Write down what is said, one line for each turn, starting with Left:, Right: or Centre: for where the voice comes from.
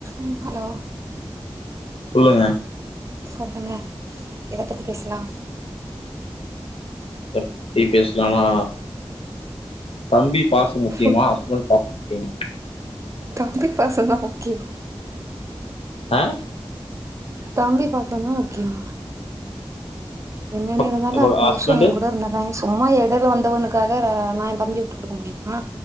Right: ம் ஹலோ
Left: சொல்லுங்க
Right: சொல்லுங்க எத பத்தி பேசலா
Left: எத பத்தி பேசலாமா தம்பி பாச முக்கியமா
Right: ஃபுட்
Left: ஹஸ்பண்ட் பாச முக்கியமா
Right: தம்பி பாச தா முக்கிய
Left: ஆ
Right: தம்பி பாச தா முக்கியோ என்னென்ன
Left: பக்
Right: இருந்தாலு
Left: அவ
Right: அத்தனை
Left: ஹஸ்பண்டு
Right: வருஷ என் கூட இருந்த தா சும்மா இடல வந்தவனுக்காக நா என் தம்பிய விட்டு கொக்க முடியுமா